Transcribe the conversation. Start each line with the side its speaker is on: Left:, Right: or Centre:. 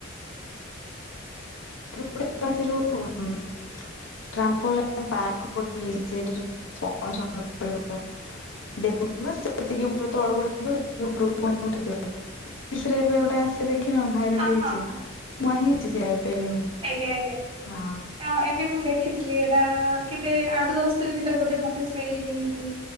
Left: କ ଗଟ <inaudible> ତୁମେ ଦେଖିନ ଭାଇରାଲ
Right: ହଁ
Left: ହେଇଚି
Right: ହଁ ହଁ
Left: ମୁଁ ସେ ଏବେ ଏବେ ହିଁ
Right: ଆଜ୍ଞା ଆଜ୍ଞା
Left: ହଁ
Right: ଆ ଏବେ ମୁଁ ଦେଖିଥିଲି ଏଇଟା। ଆ କେତେ ଆଠ ଦଶ ଦିନ ଭିତରେ ବୋଧେ ମୋତେ ସେଇ ଇ